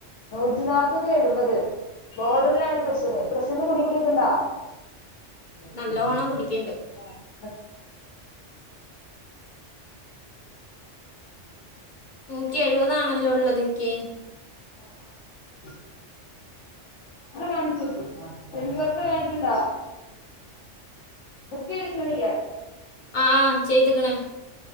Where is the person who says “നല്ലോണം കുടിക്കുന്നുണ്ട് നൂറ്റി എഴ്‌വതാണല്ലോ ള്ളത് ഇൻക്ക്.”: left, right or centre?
Left